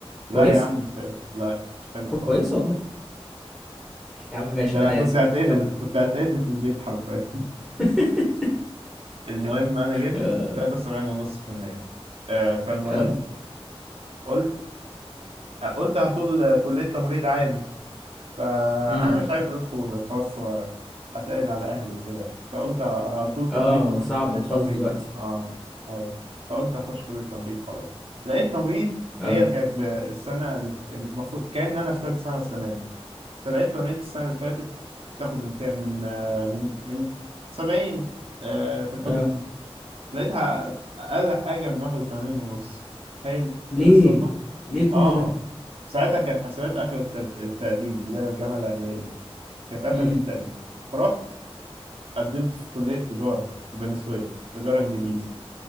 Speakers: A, on the right; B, in the centre.
A: لا
B: كويسة
A: يا عم مش حلو لا مش حلو
B: كويسة
A: خالص
B: والله يا عم ماشي
A: ده انا
B: انا
A: كنت
B: اسف
A: هتقتل
B: كمل
A: كنت هتقتل في البيت حرفيا
B: <laughs>
A: <laughs> المهم انا جبت
B: اه
A: 73.5% آه، فالمهم
B: اه
A: قلت قلت هطول كليه تمريض عادي فانا
B: امم
A: مش عايز ادخل خاص واتقل على اهلي وكده فقلت هطول
B: اه
A: تمريض واخش
B: صعب
A: كليه
B: الخاص
A: تمريض
B: دلوقتي
A: اه ايوه فقلت هخش كليه تمريض خلاص لقيت تمريض
B: اه
A: هي كانت ب- السنه اللي ف- يعني المفروض كان انا في ثالث سنه السنه دي فلقيت تمريض السنه اللي فاتت تاخد من كام من آه، من من 70 آه، في الحب
B: اه
A: لقيتها اقل حاجه من 81 ونص تخيل
B: ليه
A: غير الصدمه
B: ليه كل
A: اه
B: ده
A: ساعتها كانت حسابات اخر التد- التقديم اللي هي الجامعه الاهليه كانت قفلت
B: امم
A: التقديم فرحت قدمت في كلية تجارة في بني سويف تجارة إنجليزي